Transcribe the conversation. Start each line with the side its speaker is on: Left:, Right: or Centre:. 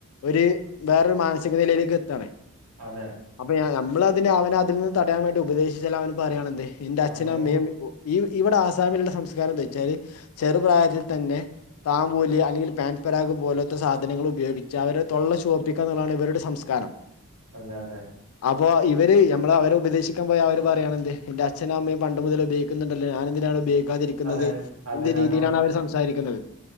Left: ഒര് വേറൊരു മാനസിക നിലയിലേക്ക് എത്താണ്.
Right: അതെ
Left: അപ്പൊ നമ്മള് അതിന് അവനെ അതിൽ നിന്ന് തടയാ വേണ്ടി ഉപദേശിച്ചാല് അവന് പറയാണ് എന്ത് ഇന്റെ അച്ഛനും
Right: നമ്മുടെ
Left: അമ്മയും
Right: കൂ
Left: ഈ ഇവടെ ആസാമിലുള്ള സംസ്കാരം എന്താ ച്ചാല് ചെറുപ്രായത്തിൽ തന്നെ താമ്പൂലി അല്ലെങ്കിൽ പാൻ പരാഗ് പോലോത്തെ സാധനങ്ങള് ഉപയോഗിച്ച് അവരെ തൊള്ള ചുവപ്പിക്ക എന്ന്ള്ളാണ് ഇവരുടെ സംസ്കാരം.
Right: അതെ അതെ
Left: അപ്പൊ ഇവര് ഞമ്മള് അവരെ ഉപദേശിക്കാൻ പോയാ അവര് പറയാണെന്ത് ന്റെ അച്ഛനും അമ്മയും പണ്ട് മുതൽ ഇത് ക്ക്ന്ന്ണ്ടല്ലോ ഞാനെന്തിനാണ് ഉപയേ ക്കാതിരിക്കുന്നത്
Right: അതെ അതെ
Left: എന്ന
Right: ഞാന
Left: രീതിയിലാണ് അവര് സംസാരിക്ക്ന്നത്.